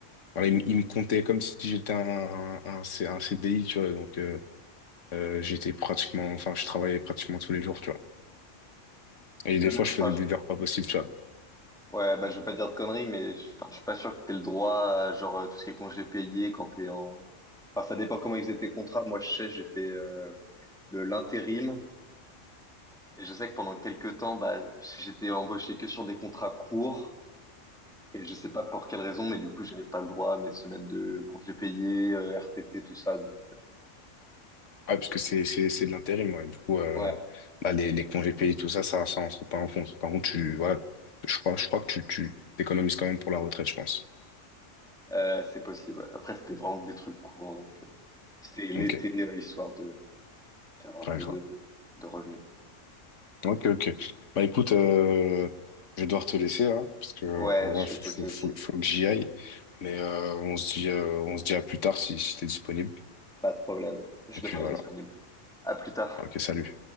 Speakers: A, on the left; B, in the centre.
A: Voilà, il, me il me comptait comme si j'étais un, un, C- un CDI, tu vois. Donc, euh, euh, j'étais pratiquement, enfin, je travaillais pratiquement tous les jours, tu vois. Et
B: même-
A: des fois, je
B: Enfin,
A: faisais
B: je-
A: des heures pas possibles, tu vois.
B: ouais, bah, je veux pas dire de conneries, mais je enfin, je suis pas sûr que t'aies le droit à genre euh, tout ce qui est congé payé quand t'es en. Enfin, ça dépend comment ils faisaient tes contrats. Moi, je sais, j'ai fait euh, de l'intérim. Et je sais que pendant quelques temps, bah, j'étais embauché que sur des contrats courts. Et je sais pas pour quelle raison, mais du coup, j'avais pas le droit à mes semaines de congés payés, euh, RTT, tout ça. Donc,
A: Ah, parce que c'est, c'est, c'est de l'intérim, ouais. Du coup, euh,
B: euh, ouais,
A: bah, les, les congés payés, tout ça, ça, ça rentre pas en compte. Par contre, tu, voilà, je crois, je crois que tu, tu t'économises quand même pour la retraite, je pense.
B: euh, c'est possible. ouais. Après, c'était vraiment des trucs courts. Donc, euh, c'était l'été,
A: Ok,
B: euh, histoire de faire un peu
A: ouais, je
B: de,
A: vois.
B: de revenus.
A: Ok, ok. Bah écoute, euh, je vais devoir te laisser là, parce que euh,
B: Ouais,
A: ouais,
B: je
A: faut,
B: vais te
A: faut,
B: laisser
A: faut,
B: aussi.
A: faut que j'y aille. Mais euh, on se dit, euh, on se dit à plus tard si, si t'es disponible.
B: Pas de problème. Je
A: Et
B: devrais
A: puis voilà.
B: être disponible. À plus tard.
A: Ok, salut.